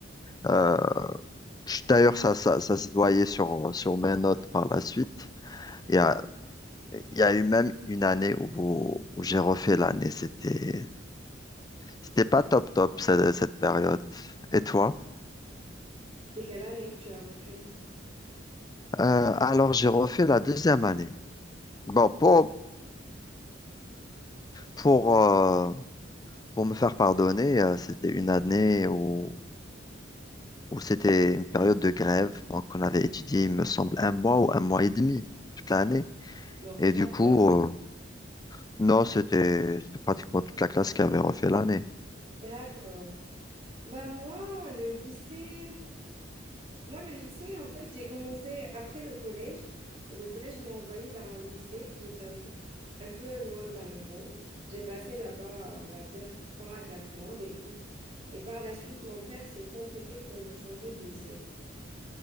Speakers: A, on the left; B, on the right.
A: Euh, je- d'ailleurs, ça, ça, ça se voyait sur, sur mes notes par la suite. Il y a, il y a eu même une année où, où j'ai refait l'année. C'était, c'était pas top top cette, cette période. Et toi?
B: C'était quelle année que tu as refait?
A: Euh, alors, j'ai refait la deuxième année. Bon, pour, pour, euh, Pour me faire pardonner, euh, c'était une année où, où c'était une période de grève. Donc, on avait étudié, il me semble, un mois ou un mois et demi toute l'année.
B: Donc,
A: Et
B: t'es pas
A: du
B: le
A: coup,
B: seul.
A: euh, non, c'était c'était pratiquement toute la classe qui avait refait l'année.
B: D'accord. Bah moi, le lycée, moi le lycée, en fait, j'ai commencé après le collège. Le collège m'a envoyé vers un lycée qui était un peu, un peu loin de la maison. J'ai passé là-bas, on va dire, trois à quatre mois d'études. Et par la suite, mon père s'est entêté pour me changer de lycée.